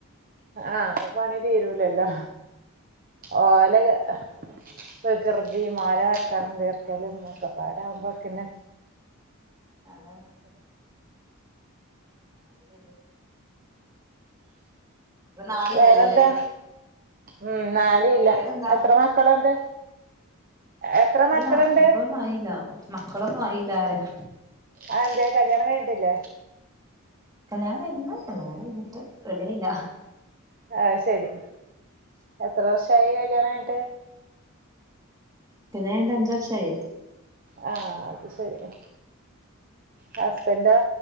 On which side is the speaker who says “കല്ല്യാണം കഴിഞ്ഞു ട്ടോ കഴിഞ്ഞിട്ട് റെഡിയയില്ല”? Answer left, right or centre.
Right